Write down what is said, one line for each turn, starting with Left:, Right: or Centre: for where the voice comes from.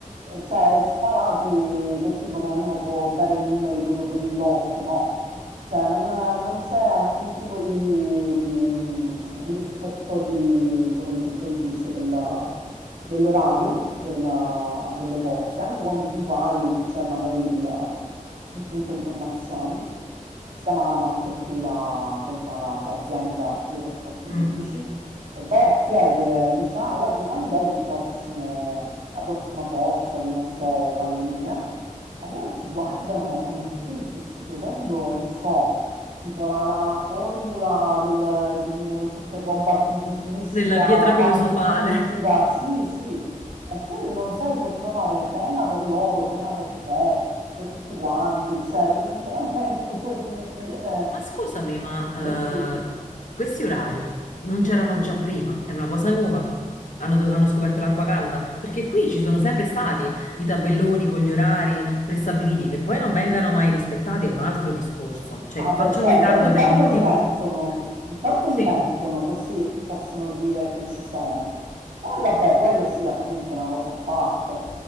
Right: eh, cioè, sparati così come uno può dare i numeri proprio per il lotto, no? Cioè, non, non c'è alcun tipo di, di- di rispetto di, come, come si dice, della- dell'orario della- delle corse. Anche quando tu vai, c'è magari il il punto informazioni, si chiama AMAT qui la- come si chiama la- l'azienda dei trasporti pubblici
Left: mm.
Right: e vai a chiedere, dici ah guardi quando è il prossimo, la prossima corsa di non so quale linea e loro ti guardano come se tu gli stessi chiedendo, non so, tipo la, la- la formula del, di non so che roba fi- di fisica,
Left: Nella pietra filosofale.
Right: quantistica, sì sì, e tu non sai se provare pena per loro, pena per te per tutti quanti, cioè veramente <laughs> ti, ti viene
Left: <laughs> Ma scusami, ma
Right: così.
Left: eh, questi orari non c'erano già prima? È una cosa nuova? Hanno, do- hanno scoperto l'acqua calda? Perché qui ci sono sempre stati i tabelloni con gli orari prestabiliti, che poi non vengano mai rispettati è un altro discorso. Cioè,
Right: Ah
Left: che facciano
Right: beh, cioè
Left: ritardo
Right: loro intanto
Left: per il motivo
Right: li mettono,
Left: più stupido.
Right: intanto
Left: Sì.
Right: li mettono così possono dire che ci sono. Poi vabbè, quello sì, appunto, è una cosa a parte,